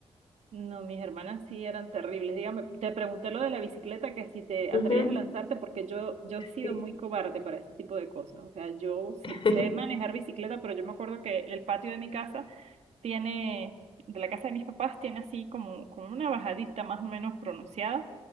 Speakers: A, on the right; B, on the left.
A: No, mis hermanas sí eran terribles. Dígame, te pregunté lo de la bicicleta, que si te atrevías
B: Ujú,
A: a lanzarte, porque yo, yo he sido
B: sí.
A: muy cobarde para ese tipo de cosas. O sea, yo sí
B: <laughs>
A: sé manejar bicicleta, pero yo me acuerdo que el patio de mi casa tiene, de la casa de mis papás, tiene así como, como una bajadita más o menos pronunciada.